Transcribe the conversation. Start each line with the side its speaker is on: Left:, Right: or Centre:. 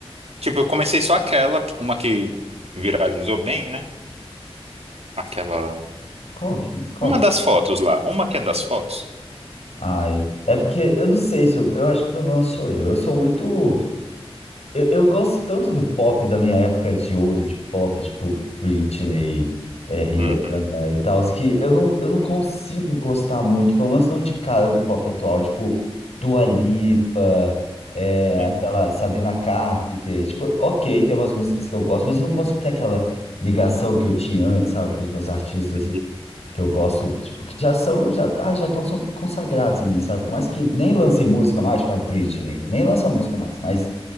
Right: Tipo, eu comecei só aquela, uma que viralizou bem, né? Aquela.
Left: Qual que? Qual?
Right: Uma das fotos lá. Uma que é das fotos.
Left: Ai, é porque eu não sei se eu, eu acho que o problema sou eu. Eu sou muito. Eu, eu gosto tanto do pop da minha época de ouro, de pop, tipo Britney, é, Rihanna
Right: Uhum.
Left: e tal, que eu não, eu não consigo gostar muito, pelo menos não de cara do pop atual, tipo Dua Lipa, é,
Right: Uhum.
Left: aquela Sabrina Carpenter. Tipo, ok, tem umas músicas que eu gosto, mas eu não consigo ter aquela ligação que eu tinha antes, sabe, com os meus artistas.
Right: Entendi.
Left: que eu gosto, tipo, que já são, já, ah, já estão são consagrados em mim, sabe? Por mais que nem lancei música mais pra Britney, nem lança música mais, mas